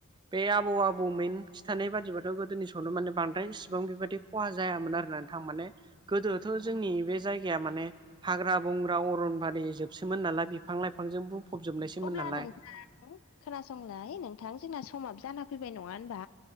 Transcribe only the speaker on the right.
बे आबौ आबौमैन खिथानाय बादिबाथ' गोदोनि सनाव माने बांद्राय इसिबां बेबायदि खहा जायामोन आरो नोंथां माने। गोदोथ'
जोंनि बे जायगाया माने हाग्रा बंग्रा अरनबारि जोबसोमोन नालाय बिफ फां लाइफांजों बुंफबजोबनायसोमोन
नालाय।